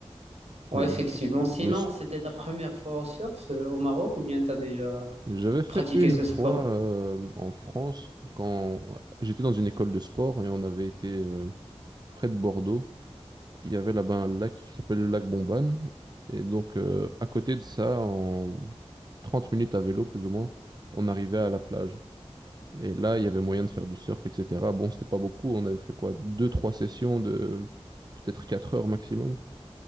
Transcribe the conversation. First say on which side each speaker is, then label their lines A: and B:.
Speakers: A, on the right (about 75°); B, on the right (about 40°).
A: Oui,
B: Mais le,
A: effectivement. Sinon,
B: le sp-
A: c'était ta première fois au surf euh, au Maroc ou bien tu as déjà
B: j'avais fait
A: pratiqué
B: une
A: ce
B: fois
A: sport?
B: euh, en France quand j'étais dans une école de sport et on avait été euh, près de Bordeaux. il y avait là-bas un lac qui s'appelle le lac Bomban. Et donc, euh, à côté de ça, en 30 minutes à vélo, plus ou moins, on arrivait à la plage. Et là, il y avait moyen de faire du surf, etc. Bon, c'était pas beaucoup. On avait fait quoi? Deux, trois sessions de peut-être 4 heures maximum.